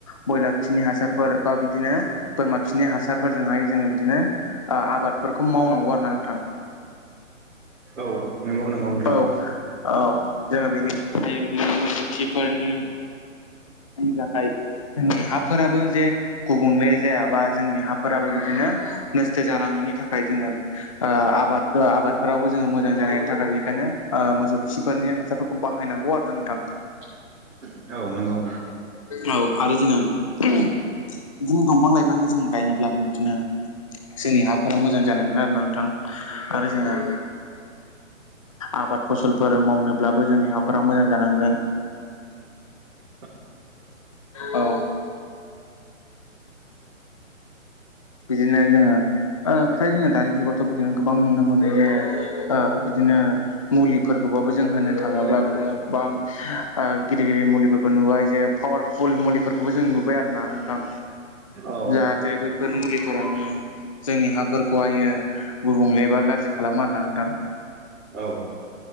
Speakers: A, on the left; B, on the right.
A: ब्रयलार खिनि हासारफोर बा बिदिनो बोरमा खिनि हासारफोरजोंहाय जोङो बिदिनो ओ आबादफोरखौ मावनांगौ आरो ना नोंथां।
B: औ नंगौ नंगौ नोंथां।
A: औ औ जोङो बेनि बिदिनो मोसौ खिफोरनि जोंनि हाफोराबो जे गुबुंले जायाबा जोंनि हाफोराबो बिदिनो नस्थ' जालाङि नि थाखाय जोङो आ आबाद आ आबादफोरावबो जोङो मोजां जानायनि थाखाय ओ बेखायनो मोसौ खि फोरनि हासारफोरखौ बाहायनांगौ आरो ना नोंथां।
B: <inaudible> औ नोंगौ।
A: औ आरो जोंहा बिदिनो दंफां लाइफां जों गायनोब्लाबो बिदिनो जोंनि हाफोरा मोजां जानांगोन आरोना नोंथां आरो जोङो आबाद फसलफोर मावनोब्लाबो जोंनि हाफोरा मोजां जानांगोन
B: <inaudible>
A: औ बिदिनो जोङो ओ फ्राय जोङो दानि जुगावथ' बिदिनो गोबां नुनो मोनो जे ओ बिद दिनो मुलिफोरखौबाबो जों होनो थाङोब्ला बिदिनो गोबां गिदिर गिदिर मुलिफोरबो नुबाय जे पावारफुल मुलिफोरखौबो जों नुबाय आरोोना नोंथां
B: औ
A: जाहाथे बे फोर मुलिफोरानो जोंनि हाफोरखौहायो गुबुंलेबा बा गाज्रि खालामो आरो ना नोंथां
B: औ